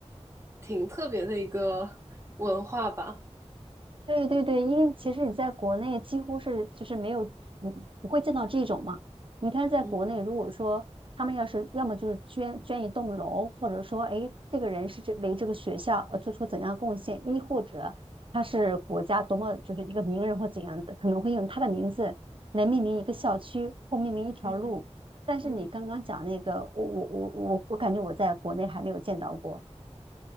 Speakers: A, on the right; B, on the right.
A: 挺特别的一个文化吧。
B: 对对对，因为其实你在国内几乎是就是没有，嗯，不会见到这种嘛。你看，在国内，
A: 嗯
B: 如果说他们要是要么就是捐捐一栋楼，或者说，哎，这个人是这为这个学校呃做出怎样贡献，亦或者他是国家多么就是一个名人或怎样的，可能会用他的名字来命名一个校区或命名一条路。
A: 嗯
B: 但是你刚刚讲那个，
A: 嗯。
B: 我我我我我感觉我在国内还没有见到过。